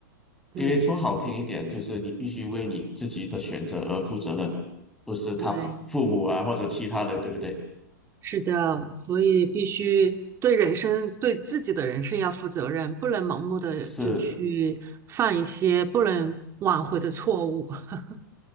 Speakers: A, on the right; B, in the centre.
A: 对
B: 因为说好听一点，就是你必须为你自己的选择而负责任嘛，不是他父父母啊或者其他人，
A: 对。
B: 对不对？
A: 是的，所以必须对人生、对自己的人生要负责任，不能盲目的就去犯一些不能挽回的错误。
B: 是，
A: <laughs>